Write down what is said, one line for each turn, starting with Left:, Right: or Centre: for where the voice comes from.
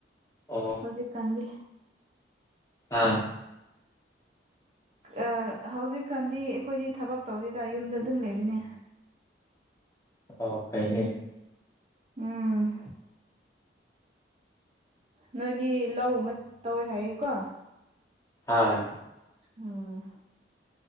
Left: ꯑꯣ
Right: ꯍꯧꯖꯤ ꯀꯗꯤ
Left: ꯑꯥ
Right: ꯑ ꯍꯧꯖꯤꯛꯀꯥꯟꯗꯤ ꯑꯩꯈꯣꯏꯗꯤ ꯊꯕꯛ ꯇꯧꯗꯦꯗ ꯌꯨꯝꯗ ꯑꯗꯨꯝ ꯂꯩꯕꯅꯦ
Left: ꯑꯣ ꯀꯥꯏꯅꯦ
Right: ꯎꯝ ꯅꯣꯏꯗꯤ ꯂꯧ ꯑꯃ ꯇꯧꯋꯦ ꯍꯥꯏꯌꯦꯀꯣ
Left: ꯑꯥ
Right: ꯎꯝ